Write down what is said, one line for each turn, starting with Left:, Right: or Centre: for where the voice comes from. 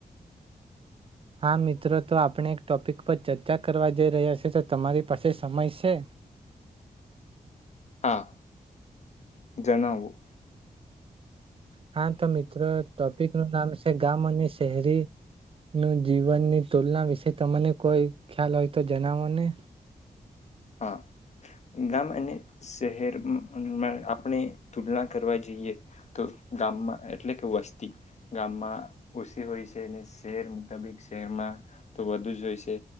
Right: હા મિત્રો તો આપણે એક ટોપિક પર ચર્ચા કરવા જઈ રહ્યા છે, તો તમારી પાસે સમય છે.
Left: હા, જણાવું.
Right: હા, તો મિત્રો ટોપિક નું નામ છે ગામ અને શહેરી નું જીવનની તુલના વિશે તમને કોઈ ખ્યાલ હોય તો જનાવો ને.
Left: હા ગામ અને શહેર મ-માં આપણે તુલના કરવા જઈએ તો ગામમાં એટલે કે વસ્તી ગામમાં ઓછી હોય છે ને શહેર મુતાબિક શહેરમાં તો વધુ જ હોય છે.